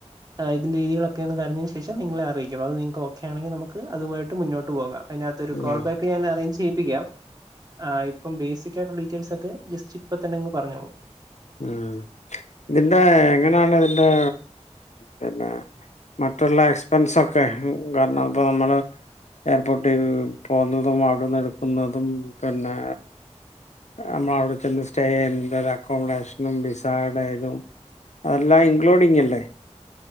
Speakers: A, on the right (about 30°); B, on the left (about 70°).
A: ആഹ് ഇതിന്റെ രീതി ളൊക്കെ ഒന്ന് കഴിഞ്ഞതിനു ശേഷം നിങ്ങളെയറിയിക്കണം അത് നിങ്ങക്ക് ഓക്കെയാണെങ്കിൽ നമുക്ക് അതുമായിട്ടുമുന്നോട്ടു പോകാം. അതിനകത്തൊരു
B: ഉം.
A: കോൾബാക്ക് ഞാൻ അറേഞ്ച് ചെയ്യിപ്പിക്കാം ആഹ് യിപ്പംബേസിക്കായിട്ടുള്ള ഡീറ്റെയിൽസൊക്കെ ജസ്റ്റിപ്പൊ തന്നെയങ് പറഞ്ഞോളൂ
B: ഉം ഇതിന്റെ എങ്ങനെയാണിതിന്റെ പിന്നെ മറ്റുള്ള എക്സ്പെൻസൊക്കെ കാരണം പ്പോ നമ്മള് എയർപോർട്ടിൽ പോകുന്നതു അവിടുന്ന് എടുക്കുന്നതും പിന്നെ നമ്മളവിടെ ചെന്നുസ്റ്റേ ചെയ്യുന്നൊരാൾക്കും. അക്കോമഡേഷനും വിസായുടേതും അതെല്ലാം ഇൻക്ലൂഡിംങ്ങല്ലേ